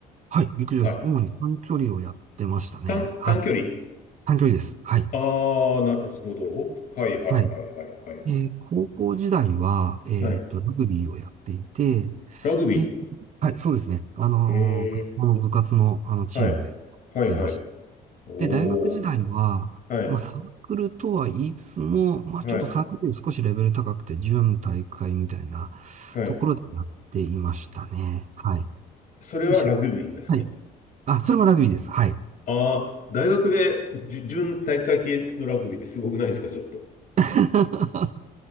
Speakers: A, on the right; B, on the left.
A: はい、陸上です。
B: はい。
A: 主に短距離をやってましたね。
B: 短、
A: はい。
B: 短距離
A: 短距離です。はい。
B: ああー、なるほど。はいはいはいはいはい。
A: はい。えー高校時代は、えっと、
B: はい。
A: ラグビーをやっていて、
B: ラグビ
A: で、はい、そうですね。あのー学校の部活の、
B: ー。へえ。
A: あの、チームでやってました。
B: はい。はいはい。おお。
A: で、大学時代は、
B: はい。
A: まあ、サークルとは言いつつも、まあ、
B: はい。
A: ちょっとサークルより少しレベル高くて、準大会みたいなところでやっていましたね。
B: はい。
A: はい。
B: それはラグビーですか
A: で、しはい。あ、それもラグビーです。はい。
B: ああー、大学でじゅ準体育会系のラグビーってすごくないですかちょっと。
A: <laughs>